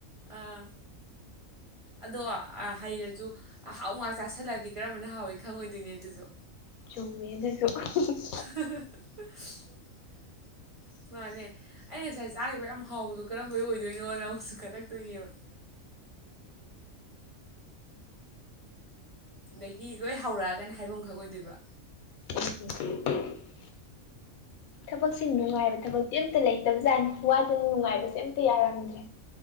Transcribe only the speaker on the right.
ꯑꯥ ꯑꯗꯣ ꯍꯩꯔꯖꯨ ꯑꯍꯥꯎ ꯉꯥꯛ ꯆꯥꯥꯁꯜꯂꯗꯤ ꯀꯔꯝꯕꯅ ꯍꯥꯎꯏꯤ ꯈꯪꯉꯣꯏꯗꯣꯏꯅꯦ ꯑꯗꯨꯁꯨ
<inaudible> ꯃꯥꯅꯦ ꯑꯩ ꯉꯁꯥꯏ ꯆꯥꯈꯤꯕ ꯌꯥꯝ ꯍꯥꯎꯕꯗꯣ ꯀꯔꯝꯕꯩ ꯑꯣꯏꯗꯣꯏꯅꯣꯅ ꯑꯃꯨꯛꯁꯨ ꯈꯜꯂꯛꯇꯣꯏꯅꯦꯕ ꯑꯗꯒꯤ ꯂꯣꯏ ꯍꯧꯔꯛꯑꯒꯅ ꯍꯥꯏꯐꯝ ꯑꯃ ꯈꯪꯉꯣꯏꯗꯣꯏꯕ